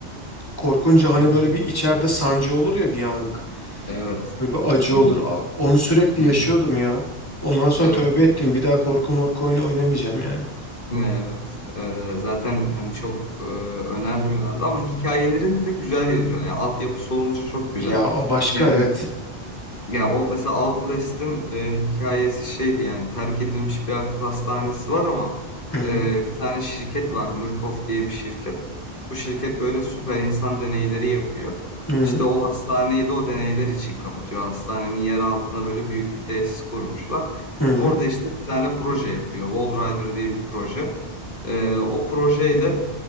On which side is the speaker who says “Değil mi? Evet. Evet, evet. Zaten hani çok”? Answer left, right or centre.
Left